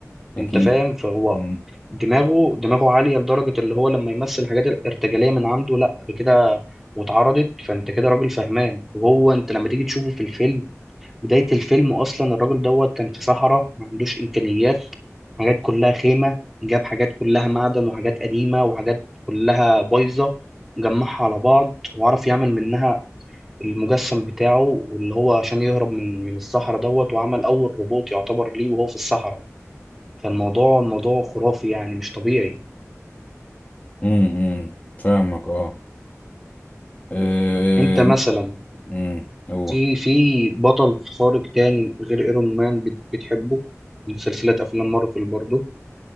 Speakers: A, on the left (about 30°); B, in the centre.
A: اكيد
B: انت فاهم فهو
A: امم
B: دماغه دماغه عالية لدرجة اللي هو لما يمثل حاجات الارتجالية من عنده لا ده كده واتعرضت فانت كده راجل فهمان وهو انت لما تيجي تشوفه في الفيلم بداية الفيلم اصلا الراجل دوت كان في صحراء ما عندوش امكانيات حاجات كلها خيمة جاب حاجات كلها معدن وحاجات قديمة وحاجات كلها بايظة جمعها على بعض وعرف يعمل منها المجسم بتاعه واللي هو عشان يهرب من من الصحراء دوت وعمل أول روبوت يعتبر ليه وهو في الصحراء فالموضوع الموضوع خرافي يعني مش طبيعي
A: امم فاهمك اه آه،
B: انت مثلا
A: امم اوه
B: في في بطل خارق تاني غير ايرون مان بت- بتحبه من سلسلة افلام مارفل برضه